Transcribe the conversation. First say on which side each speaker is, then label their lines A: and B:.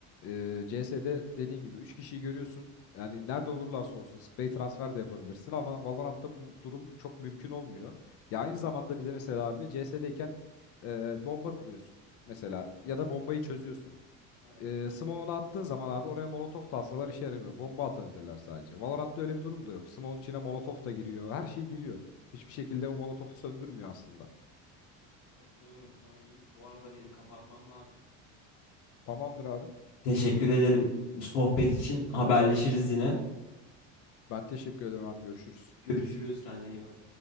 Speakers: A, on the left (about 45°); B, on the left (about 65°).
A: e, CS'de dediğin gibi 3 kişiyi görüyorsun. Yani nerede olurlarsa olsun spey transfer de yapabilirsin ama Valorant'ta bu durum çok mümkün olmuyor. Ya aynı zamanda bir de mesela abi CS'deyken e, bomba kuruyorsun mesela ya da bombayı çözüyorsun.
B: Evet
A: E, smoke'unu attığın zaman abi oraya molotof da atsalar işe yaramıyor. Bomba atabilirler sadece. Valorant'ta öyle bir durum da yok. Smoke'un içine molotof da giriyor. Her şey giriyor. Hiçbir şekilde o molotofu söndürmüyor aslında.
B: katılıyorum sana Yiğit. Bu arada benim kapatmam lazım.
A: Tamamdır abi.
B: Teşekkür ederim sohbet için. Haberleşiriz yine.
A: Ben teşekkür ederim abi. Görüşürüz.
B: Görüşürüz kendine iyi bak.